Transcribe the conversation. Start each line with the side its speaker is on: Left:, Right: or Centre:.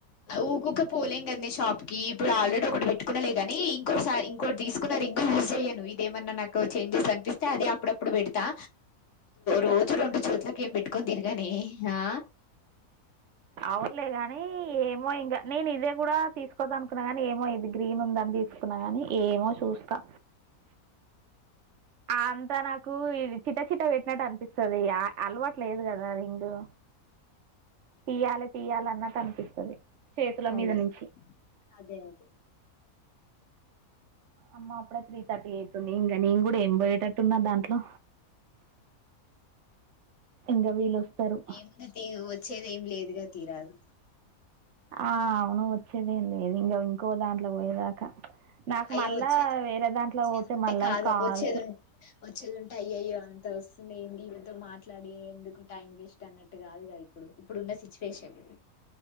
Left: ఊకొక పోలేం కదీ షాప్కి ఇప్పుడు ఆల్రెడీ ఒకటి పెట్టుకునలే గాని ఇంకోకసారి ఇంకోటి తీసుకున్నా ఇంకా యూస్ చేయను నక్ ఏమాయన చేంజెస్ అనిపిస్తే అ అప్పుప్పుడు పెడా రోజు రండు చోట్లకి ఏం పెట్టుకొని తిరగాని ఆ
Right: అవునులే గాని ఏమో ఇంకా నేను ఇదే కూడా తీసుకోదా అనుకున్నా గాని ఏమో ఇది గ్రీన్ ఉంద తీసుకున్నా కాని ఏమో చూస్తా అంతా నాకు చిట్టా చిట్టా పెట్టినట్టు అనిపిస్తుంది అలవాటు లేదు కదా రింగు తీయాలి తీయాలి అన్నట్ అనిపిస్తుంది చేతుల
Left: అదే
Right: మీద నుంచి
Left: అదే అదే
Right: అమ్మా అప్పుడే త్రీ థర్టీ ఎయిట్ ఉంది ఇంకా నేను కూడా ఏం పోయేటట్టున్నా దాంట్లో ఇంకా వీళ్ళు వస్తారు
Left: ఏముంది తీ వచ్చేది ఏమి లేదుగా తీరాదు
Right: ఆ అవును వచ్చేదేం లేదు ఇంకా ఇంకో దాంట్లో పోయేదాకా నాకు
Left: అయ్యో
Right: మళ్ళా
Left: వచ్చే
Right: వేరే దాంట్లో
Left: వచ్చేది
Right: పోతే
Left: ఉంటే
Right: మళ్ళా
Left: కాదు
Right: కాల్స్
Left: వచ్చేది ఉన్ వచ్చేది ఉంటే అయ్యయ్యో అ వస్తుంది ఏంటి వీటితో మాట్లాడి ఎందుకు టైం వేస్ట్ అన్నట్టు కాదుగా ఇప్పుడు ఇప్పుడున్న సిచ్యువేషన్